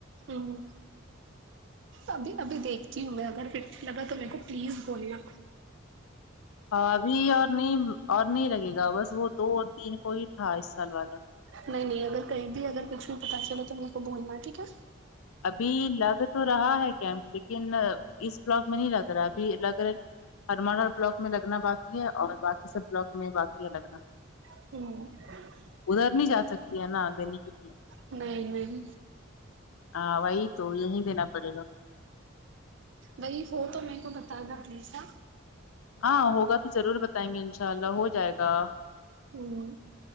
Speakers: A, on the right; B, on the left.
A: ہوں ابھی ابھی دیکھتی ہوں میں اگر پھر سے لگا تو میرے کو پلیز بولنا
B: ہاں ابھی اور نہیں اور نہیں لگے گا بس وہ دو اور تین کو ہی تھا اس سال والا
A: نہیں نہیں اگر کہیں بھی اگر کچھ بھی پتا چلاو تو میرے کو بولنا ٹھیک ہے
B: ابھی لگ تو رہا ہے کیمپ لیکن اس بلاک میں نہیں لگ رہا ابھی لگ رہا ہرمڑا بلاک میں لگنا باقی ہے اور باقی سب بلاک میں باقی ہے لگنا
A: ھمم
B: ادھر نہیں جا سکتی ہے نا دینے کے لیے
A: نہیں نہیں
B: ہاں وہی تو یہی دینا پڑے گا
A: وہی فوٹو میرے کو بتا نا پلیز ہاں
B: ہاں ہوگا تو ضرور بتائیں گے انشاء اللہ ہو جائے گا
A: ھمم